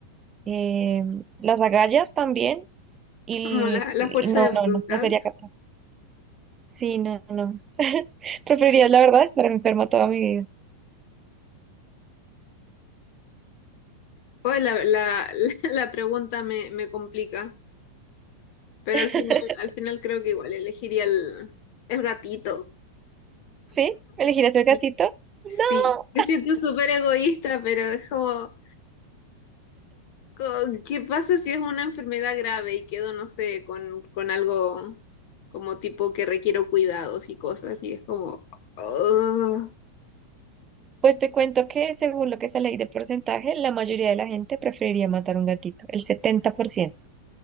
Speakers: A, on the right (about 25°); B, on the left (about 45°).
A: eh, las agallas también. Y,
B: como la, la
A: y
B: fuerza
A: no,
B: de voluntad.
A: no, no, no sería capaz. Sí, no, no. <laughs> Preferiría, la verdad, estar enferma toda mi vida.
B: Oye, la, la, <laughs> la pregunta me, me complica, pero
A: <laughs>
B: al final, al final creo que igual elegiría el, el gatito.
A: ¿Sí? ¿Elegirás el gatito?
B: Y
A: No.
B: Sí, me siento súper egoísta, pero es como, co- ¿qué pasa si es una enfermedad grave y quedo, no sé, con, con algo como tipo que requiero cuidados y cosas? Y es como, oh,
A: Pues te cuento que según lo que sale ahí de porcentaje, la mayoría de la gente preferiría matar un gatito, el 70%.